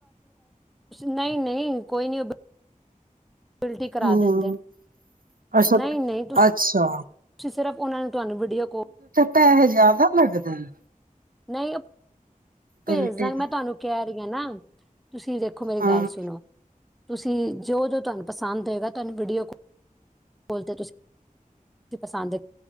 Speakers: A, in the centre; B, on the right (about 80°).
A: ਨਹੀਂ- ਨਹੀਂ ਕੋਈ ਨਹੀ। ਬਿਲਟੀ ਕਰਾ
B: ਹੂੰ,
A: ਦਿੰਦੇ ਨੇ
B: ਅੱਛਾ-
A: ਨਹੀਂ ਨਹੀਂ
B: ਅੱਛਾ
A: ਤੁਸੀਂ ਸਿਰਫ ਉਹ ਨੂੰ ਤੁਹਾਨੂੰ ਵੀਡੀਓ ਕੋਲ
B: ਪੈਹੇ ਜਿਆਦਾ ਲੱਗਦੇ ਨੇ?
A: ਨਹੀਂ ਭੇਜਦਾਂ,
B: ਬਿਲਟੀ ਦੇ
A: ਮੈਂ ਤੁਹਾਨੂੰ ਕਿਹਾ ਜਾਨਾ ਤੁਸੀਂ ਦੇਖੋ, ਮੇਰੀ
B: ਹਾਂ।
A: ਗੱਲ ਸੁਣੋ। ਤੁਸੀਂ, ਜੋ ਜੋ ਤੁਹਾਨੂੰ ਪਸੰਦ ਹੋਏਗਾ, ਤੁਹਾਨੂੰ ਵੀਡੀਓ ਬੋਲੋ ਦੋ ਤੁਸੀਂ ਦੋ ਪਸੰਦ ਹੇ। <inaudible>